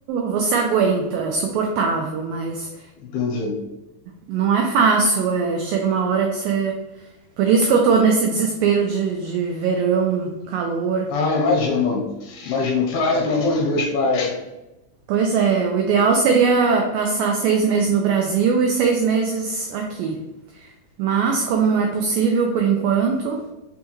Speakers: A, on the right; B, on the left.
A: você aguenta, é suportável, mas
B: entendi.
A: não é fácil. eh, chega uma hora que você por isso que eu tô nesse desespero de, de verão, calor.
B: Ah, imagino. Imagino. Praia, pelo amor de Deus, praia.
A: Pois é, o ideal seria passar seis meses no Brasil e seis meses aqui. Mas, como não é possível por enquanto,